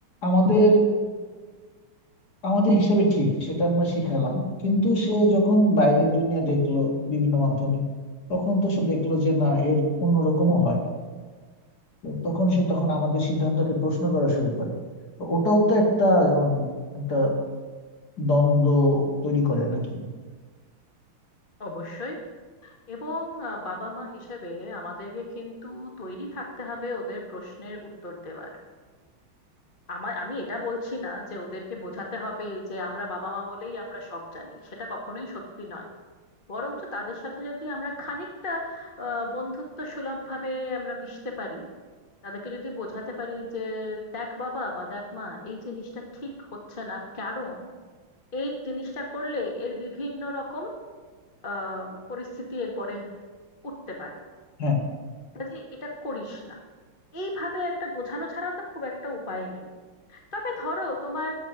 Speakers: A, on the left; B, on the left.
A: আমাদের আমাদের হিসাবে ঠিক সেটা আমরা শিখালাম কিন্তু সে যখন বাইরের দুনিয়া দেখলো বিভিন্ন মাধ্যমে তখন তো সে দেখলো যে না এর অন্যরকমও হয় তো তখন সে তখন আমাদের সিদ্ধান্তকে প্রশ্ন করা শুরু করে তো ওটাও তো একটা উম, একটা দ্বন্দ্ব তৈরি করে নাকি
B: অবশ্যই এবং আহ, বাবা মা হিসেবে আমাদেরকে কিন্তু তৈরি থাকতে হবে ওদের প্রশ্নের উত্তর দেওয়ার আমার আমি এটা বলছি না যে ওদেরকে বোঝাতে হবে যে আমরা বাবা মা বলেই আমরা সব জানি সেটা কখনোই সত্যি নয় বরঞ্চ তাদের সাথে যদি আমরা খানিকটা বন্ধুত্ব সুলভ ভাবে আমরা মিশতে পারি তাদেরকে যদি বোঝাতে পারি যে দেখ বাবা বা দেখ মা এই জিনিসটা ঠিক হচ্ছে না কারণ এই জিনিসটা করলে এর বিভিন্ন রকম আহ পরিস্থিতি এরপরে উঠতে পারে
A: হ্যাঁ
B: কাজে এটা করিস না এইভাবে একটা বোঝানো ছাড়াও তো খুব একটা উপায় নেই তবে ধরো তোমার